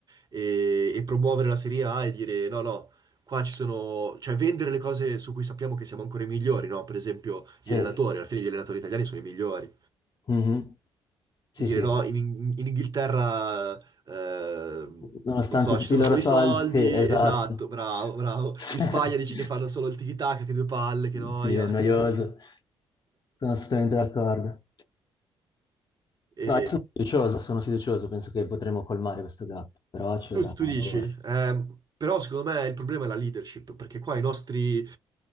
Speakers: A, on the right (about 35°); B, on the left (about 35°).
A: e, e promuovere la Serie A e dire no, no, qua ci sono, cioè vendere le cose su cui sappiamo che siamo ancora i migliori, no? Per esempio
B: Sì.
A: gli allenatori, alla fine gli allenatori italiani sono i migliori.
B: Mhm. Sì,
A: E dire
B: sì.
A: no, in, in Inghilterra, eh,
B: Nonostante
A: non so,
B: tutti
A: ci sono
B: i loro
A: solo
B: soldi,
A: i soldi,
B: sì, esatto.
A: esatto, bravo, bravo.
B: <laughs>
A: In Spagna dici che fanno solo il tiki-taka, che due palle, che noia.
B: Sì, è noioso.
A: <laughs>
B: Sono assolutamente d'accordo.
A: E
B: No, io sono fiducioso, sono fiducioso, penso che potremo colmare questo gap, però ci
A: tu,
B: vorrà
A: tu dici,
B: lavoro.
A: eh, però secondo me il problema è la leadership, perché qua i nostri,